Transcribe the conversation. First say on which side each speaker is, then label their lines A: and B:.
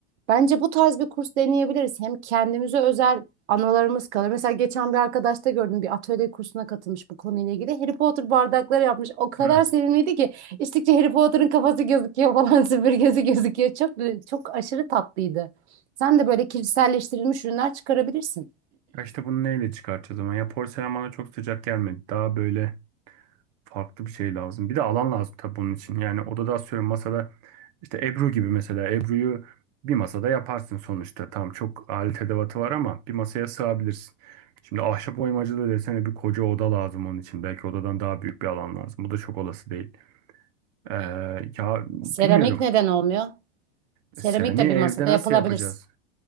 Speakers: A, on the right; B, on the right.
A: Bence bu tarz bir kurs deneyebiliriz. Hem kendimize özel anılarımız kalır. Mesela geçen bir arkadaşta gördüm bir atölye kursuna katılmış bu konuyla ilgili. Harry Potter bardakları yapmış. O kadar
B: Hı.
A: sevimliydi ki İçtikçe Harry Potter'ın kafası gözüküyor falan <laughs> süpürgesi gözüküyor. Çok çok aşırı tatlıydı. Sen de böyle kişiselleştirilmiş ürünler çıkarabilirsin.
B: Ya işte bunu neyle çıkartacağız ama ya porselen bana çok sıcak gelmedi. Daha böyle farklı bir şey lazım. Bir de alan lazım tabii bunun için. Yani odada atıyorum masada işte Ebru gibi mesela Ebru'yu bir masada yaparsın sonuçta. Tamam çok alet edevatı var ama bir masaya sığabilirsin. Şimdi ahşap oymacılığı desene bir koca oda lazım onun için. Belki odadan daha büyük bir alan lazım. Bu da çok olası değil. Ee, ya
A: Seramik
B: bilmiyorum.
A: neden olmuyor? Seramik
B: E, Seramiği
A: de bir
B: evde
A: masada
B: nasıl
A: yapılabilirsin.
B: yapacağız?